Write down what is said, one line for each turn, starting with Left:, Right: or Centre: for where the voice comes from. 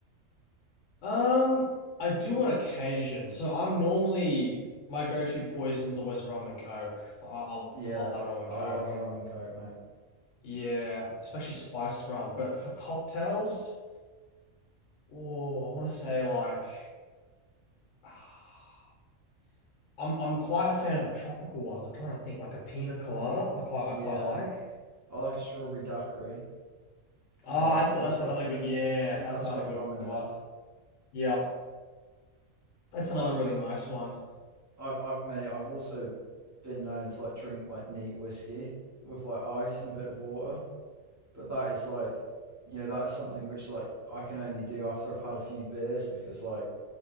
Left: Um, I do on occasion. So I'm normally my go-to poison's always rum and coke. I, I
Right: Yeah,
Left: love my rum and
Right: I
Left: coke.
Right: love a rum and coke, mate.
Left: Yeah, especially spiced rum. But for cocktails, oh, I want to say like <sighs> I'm I'm quite a fan of the tropical ones. I'm trying to think like a pina colada. I quite
Right: Yeah,
Left: I quite like.
Right: I like a strawberry daiquiri. If
Left: Oh,
Right: you know what
Left: that's
Right: that
Left: that's
Right: that's got,
Left: another
Right: I
Left: good. Yeah,
Right: think
Left: that's
Right: that's
Left: another
Right: got
Left: good
Right: rum in it.
Left: one. Yep, that's
Right: But
Left: another
Right: I'm,
Left: really nice one.
Right: I, I, mate, I've also been known to like drink like neat whiskey with like ice and a bit of water. But that is like, you know, that is something which like I can only do after I've had a few beers because like,